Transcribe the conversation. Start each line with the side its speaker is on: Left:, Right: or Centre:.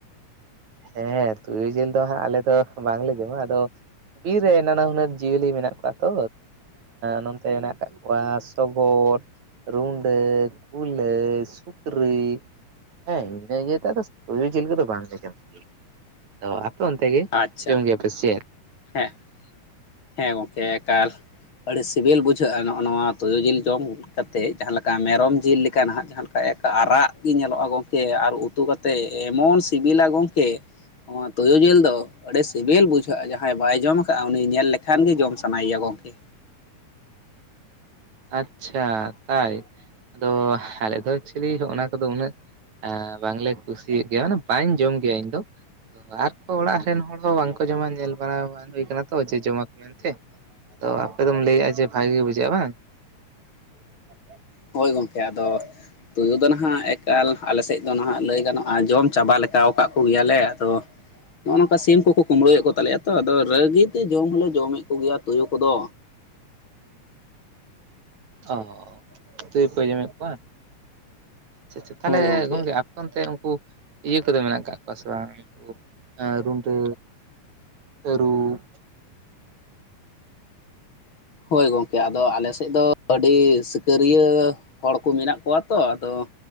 Right: ᱦᱮᱸ ᱛᱳᱭᱳ ᱡᱮᱞ ᱫᱚ ᱦᱟᱸᱜ ᱟᱞᱮ ᱫᱚ ᱵᱟᱝ ᱞᱮ ᱡᱚᱢᱟ ᱟᱫᱚ ᱵᱤᱨ ᱨᱮ ᱱᱟᱱᱟ ᱦᱩᱱᱟᱹᱨ ᱡᱤᱭᱟᱹᱞᱤ ᱢᱮᱱᱟᱜ ᱠᱚᱣᱟ ᱛᱚ ᱱᱚᱱᱚᱛᱮ ᱢᱮᱱᱟᱜ ᱠᱟᱜ ᱠᱚᱣᱟ ᱥᱚᱜᱚᱫ᱾ ᱨᱩᱸᱰᱟᱹ, ᱠᱩᱞᱟᱹᱭ, ᱥᱩᱠᱨᱤ᱾ ᱦᱮᱸ ᱜᱚᱝᱠᱮ ᱤᱭᱟᱹ ᱴᱟᱜ ᱫᱚ ᱥᱩᱠᱨᱤ ᱡᱮᱞ ᱫᱚ ᱵᱟᱝ ᱞᱮ ᱡᱚᱢᱟ᱾ ᱟᱫᱚ ᱟᱯᱮ ᱚᱱᱛᱮ ᱜᱮ
Left: ᱟᱪᱪᱷᱟ
Right: ᱡᱚᱢ ᱜᱮᱭᱟ ᱯᱮ ᱥᱮ ᱪᱮᱫ?
Left: ᱦᱮᱸ᱾ ᱦᱮᱸ ᱜᱚᱝᱠᱮ ᱮᱠᱟᱞ, ᱟᱹᱰᱤ ᱥᱤᱵᱤᱞ ᱵᱩᱡᱷᱟᱹᱜᱼᱟ ᱱᱚᱜᱼᱚ ᱱᱚᱣᱟ ᱛᱩᱭᱩ ᱡᱤᱞ ᱡᱚᱢ ᱠᱟᱛᱮᱫ, ᱡᱟᱦᱟᱸ ᱞᱮᱠᱟ ᱢᱮᱨᱚᱢ ᱡᱤᱞ ᱞᱮᱠᱟ ᱱᱟᱦᱟᱜ ᱡᱟᱦᱟᱸ ᱞᱮᱠᱟ ᱮᱠ ᱟᱨᱟᱜ ᱜᱤ ᱧᱮᱞᱚᱜᱼᱟ ᱜᱚᱝᱠᱮ ᱟᱨ ᱩᱛ ᱩᱛᱩ ᱠᱟᱛᱮ ᱮᱢᱚᱱ ᱥᱤᱵᱤᱞᱟ ᱜᱚᱝᱠᱮ, ᱱᱚᱣᱟ ᱛᱩᱭᱩ ᱡᱤᱞ ᱫᱚ ᱟᱹᱰᱤ ᱥᱤᱵᱤᱞ ᱵᱩᱡᱷᱟᱹᱜᱼᱟ ᱡᱟᱦᱟᱸᱭ ᱵᱟᱭ ᱡᱚᱢ ᱠᱟᱜᱼᱟ ᱩᱱᱤ ᱧᱮᱞ ᱞᱮ ᱠᱷᱟᱱ ᱜᱮ ᱡᱚᱢ ᱥᱟᱱᱟᱭ ᱭᱟ ᱜᱚᱝᱠᱮ᱾
Right: ᱟᱪᱪᱷᱟ ᱛᱟᱭ, ᱟᱫᱚ ᱟᱞᱮ ᱫᱚ ᱮᱠᱪᱩᱭᱮᱞᱤ ᱦᱚᱸᱜᱼᱚ ᱱᱟ ᱠᱚᱫᱚ ᱩᱱᱟᱹᱜ ᱮᱸ ᱵᱟᱝᱞᱮ ᱠᱩᱥᱤᱭᱟᱜ ᱜᱮᱭᱟ ᱢᱟᱱᱮ ᱵᱟᱹᱧ ᱡᱚᱢ ᱜᱮᱭᱟ ᱤᱧ ᱫᱚ᱾ ᱟᱨ ᱠᱚ ᱚᱲᱟᱜ ᱨᱮᱱ ᱦᱚᱲ ᱦᱚᱸ ᱵᱟᱝᱠᱚ ᱡᱚᱢᱟ ᱧᱮᱞ ᱵᱟᱲᱟ ᱵᱟᱝ ᱦᱩᱭ ᱠᱟᱱᱟ ᱛᱚ ᱡᱮ ᱡᱚᱢᱟ ᱠᱚ ᱢᱮᱱᱛᱮ, ᱛᱚ ᱟᱯᱮ ᱫᱚᱢ ᱞᱟᱹᱭᱮᱜᱼᱟ ᱡᱮ ᱵᱷᱟᱜᱮ ᱜᱮ ᱵᱩᱡᱷᱟᱹᱜᱼᱟ ᱵᱟᱝ? <inaudible>
Left: ᱦᱳᱭ ᱜᱚᱝᱠᱮ ᱟᱫᱚ ᱛᱩᱭᱩ ᱫᱚ ᱱᱟᱦᱟᱜ ᱮᱠᱟᱞ ᱟᱞᱮ ᱥᱮᱫ ᱫᱚ ᱱᱟᱦᱟᱜ ᱞᱟᱹᱭ ᱜᱟᱱᱚᱜᱼᱟ, ᱡᱚᱢ ᱪᱟᱵᱟ ᱞᱮᱠᱟᱣ ᱠᱟᱜ ᱠᱚᱜᱮᱭᱟᱞᱮ ᱟᱫᱚ ᱱᱚᱜ-ᱚ ᱱᱚᱝᱠᱟ ᱥᱤᱢ ᱠᱚᱠᱚ ᱠᱩᱢᱵᱲᱩᱭᱮᱫ ᱠᱚ ᱛᱟᱞᱮᱭᱟ ᱛᱚ ᱟᱫᱚ ᱨᱟᱹᱜᱤ ᱛᱮ ᱡᱚᱢ ᱦᱚᱸᱞᱮ ᱡᱚᱢᱮᱫ ᱠᱚᱜᱮᱭᱟ ᱛᱩᱭᱩ ᱠᱚᱫᱚ᱾
Right: ᱚ ᱛᱩᱭᱩ ᱯᱮ ᱡᱚᱢᱮᱫ ᱠᱚᱣᱟ? ᱟᱪᱪᱷᱟ ᱟᱪᱪᱷᱟ ᱛᱟᱞᱦᱮ
Left: ᱦᱳᱭ ᱜᱚᱢᱠᱮ
Right: ᱜᱚᱝᱠᱮ ᱟ ᱯᱮ ᱚᱱᱛᱮ ᱩᱱᱠᱩ ᱤᱭᱟᱹ ᱠᱚᱫᱚ ᱢᱮᱱᱟᱜ ᱠᱟᱜ ᱠᱚᱣᱟ ᱥᱮ ᱵᱟᱝ ᱩᱱᱠᱩ ᱮᱸ ᱨᱩᱰᱟᱹ, ᱛᱟᱨᱩᱵ᱾
Left: ᱦᱳᱭ ᱜᱚᱝᱠᱮ ᱟᱫᱚ ᱟᱞᱮ ᱥᱮᱫ ᱫᱚ ᱟᱹᱰᱤ ᱥᱤᱠᱟᱹᱨᱤᱭᱟᱹ ᱦᱚᱲ ᱠᱚ ᱢᱮᱱᱟᱜ ᱠᱚᱣᱟ ᱛᱚ, ᱟᱫᱚ